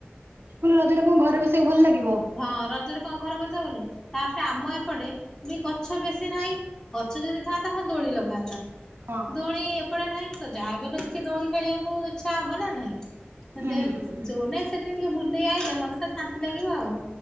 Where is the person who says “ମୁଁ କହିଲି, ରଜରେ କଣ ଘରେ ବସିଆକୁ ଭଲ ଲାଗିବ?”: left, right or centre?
Right